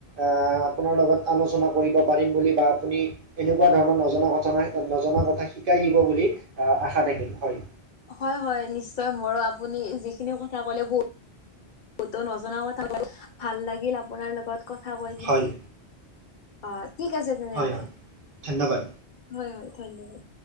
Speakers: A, on the right (about 60°); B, on the left (about 55°).
A: আহ আপোনাৰ লগত আলোচনা কৰিব পাৰিম বুলি বা আপুনি এনেকুৱা ধৰণৰ নজনা কথানা নজনা কথা শিকাই দিব বুলি আহ আশা থাকিল হয়।
B: হয় হয় নিশ্চয় মোৰো আপুনি যিখিনি কথা ক'লে বহুত বতো নজনা কথা ক ভাল লাগিল আপোনাৰ লগত কথা কৈ কিনে
A: হয়
B: অ', ঠিক আছে তেনেহলে
A: হয় হয় ধন্যবাদ
B: হয় হয় ধন্যবাদ।